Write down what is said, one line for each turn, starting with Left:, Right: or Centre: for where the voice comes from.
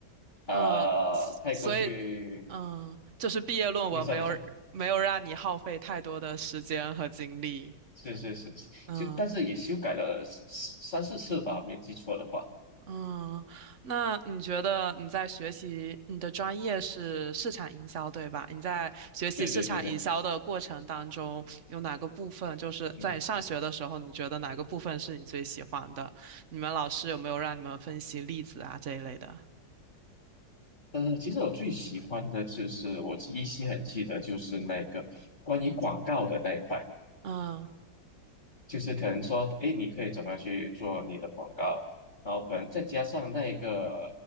Left: 呃太过去，
Right: 嗯，所以嗯，就是毕业论文没有没有让你耗费太多的时间和精力。
Left: 你说你说，是是是，
Right: 嗯
Left: 就但是也修改了三三四次吧，没记错的话，
Right: 嗯，那你觉得你在学习你的专业是市场营销，对吧？你在学习市场营销的过程当中，
Left: 对对对对，
Right: 有哪个部分就是在你上学的时候，
Left: 嗯。
Right: 你觉得哪个部分是你最喜欢的？你们老师有没有让你们分析例子啊这一类的？
Left: 嗯，其实我最喜欢的就是，我依稀很记得，就是那个关于广告的那一块。
Right: 嗯
Left: 就是可能说，哎，你可以怎么样去做你的广告，然后可能再加上那个